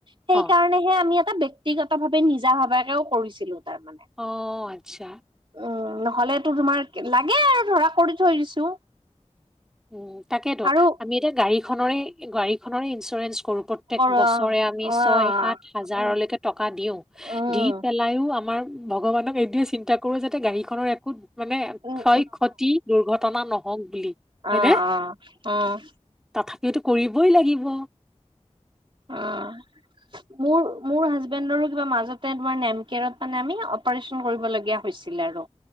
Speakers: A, on the right; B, in the centre.
A: সেইকাৰণে
B: অ
A: হেয়া আমি এটা ব্যক্তিগত ভাৱে নিজা ভাৱাকেও কৰিছিলো তাৰ মানে।
B: অঁ, আচ্ছা।
A: উম, নহলেটো তোমাৰ লাগে আৰু ধৰা কৰি থৈ দিছো।
B: উম তাকেইতো,
A: আৰু
B: আমি এতিয়া গাড়ীখনৰেই গাড়ীখনৰে ইঞ্চুৰেঞ্চ কৰো। প্ৰত্যেক
A: কৰো অ
B: বছৰে আমি
A: অ
B: ছয় সাত হাজাৰলৈকে
A: উম
B: টকা দিও,
A: উম
B: দি পেলাইও আমাৰ ভগৱানক এইটোয়ে চিন্তা কৰো যাতে গাড়ীখনৰ একো মানে
A: উম,
B: ক্ষয় ক্ষতি দুৰ্ঘটনা নহওক বুলি। হয়নে
A: অঁ অঁ, উম
B: তথাপিওতো কৰিবই লাগিব।
A: অঁ। মোৰ মোৰ হাজবেণ্ডৰো কিবা মাজতে তোমাৰ নেমকেয়াৰত মানে আমি অপাৰচন কৰিবলগীয়া হৈছিলে আৰু।